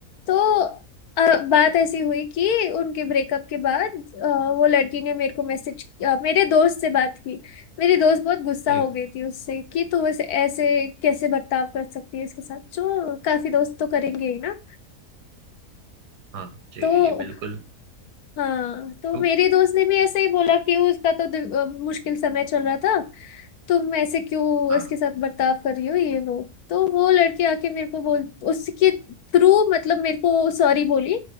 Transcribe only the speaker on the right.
जी
हाँ जी
जी जी, बिल्कुल
तो
हाँ